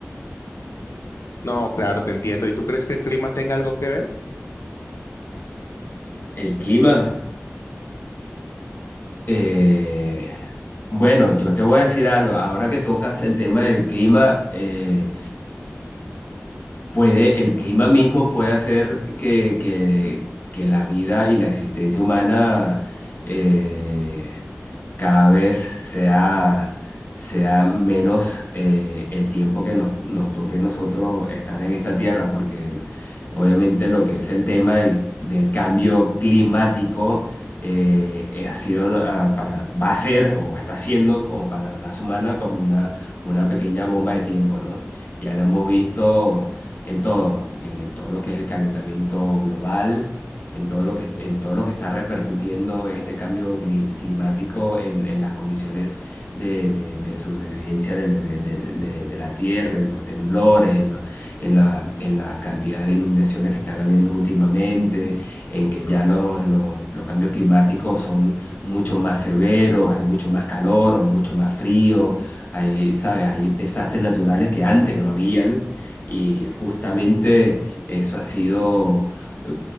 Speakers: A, on the left (about 75°); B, on the left (about 45°).
A: No, claro, te entiendo. ¿Y tú crees que el clima tenga algo que ver?
B: El clima. eh, bueno, yo te voy a decir algo. Ahora que tocas el tema del clima, eh, Puede, el clima mismo puede hacer que, que, que la vida y la existencia humana eh, cada vez sea, sea menos eh, el tiempo que nos, nos toque nosotros estar en esta tierra, porque obviamente lo que es el tema del, del cambio climático eh, eh, ha sido ah, para, va a ser o está siendo como para la raza humana como una, una pequeña bomba de tiempo, ¿no? Ya lo hemos visto en todo, en, en todo lo que es el calentamiento global, en todo lo que, en todo lo que está repercutiendo este cambio gli- climático en, en las condiciones de, de- de sobrevivencia de, la de- de- de- de la tierra, en los temblores, en, lo- en, la- en las cantidades de inundaciones que están habiendo últimamente, en que ya los, los, los cambios climáticos son mucho más severos, hay mucho más calor o mucho más frío, hay, ¿sabes? Hay desastres naturales que antes no habían y justamente eso ha sido, eh,